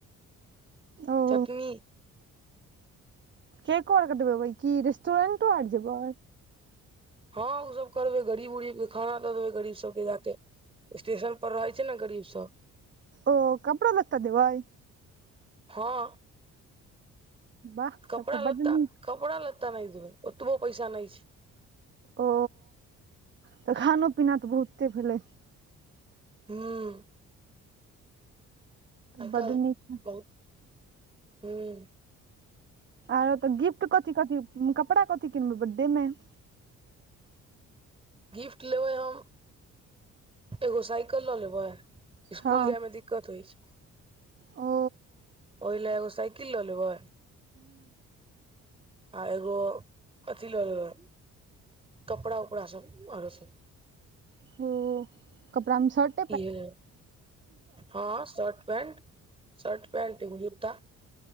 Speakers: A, on the right; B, on the right.
A: ओ
B: चटनी।
A: केको आर कटबेबै की रेस्टुरेंटो आर जेबै।
B: हँ उ सब करबै गरीब उरीबके खाना दऽ देबै गरीब सबके जाके। स्टेशन पर रहै छै न गरीब सब।
A: ओ कपड़ो लत्ता देबैय
B: हँ
A: वाह
B: कपड़ा-लत्ता
A: तब तऽ बड नीक
B: कपड़ा लत्ता नइ देबै ओतबो पैसा नै छै
A: ओ तऽ खानो पीना तऽ बहुते भेलै
B: हूँ आइकल
A: बड नीक
B: <inaudible> बहुत हं
A: आरो तऽ गिफ्ट कथि कथि कपड़ा कथि किनबै बर्थडे में
B: गिफ्ट लेबै हम एगो साइकल लऽ लेबै स्कूल
A: हँ
B: जाय में दिक्कत होइ छैय
A: ओ
B: ओय लै एगो साइकिल लऽ लेबै आ एगो अथि ल ले कपड़ा उपड़ा सब आर सब
A: ओ कपड़ा में शर्ट
B: य हँ शर्ट-पेन्ट शर्ट पेन्ट एगो जूता